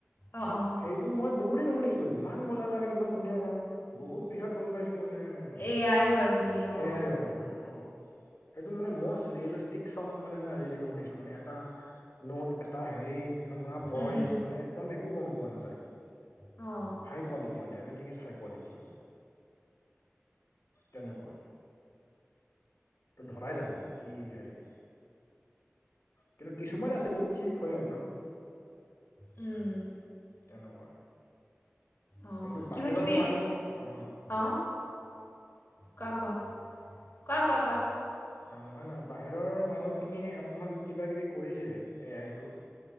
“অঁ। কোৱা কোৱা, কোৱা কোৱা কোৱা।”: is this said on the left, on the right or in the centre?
Left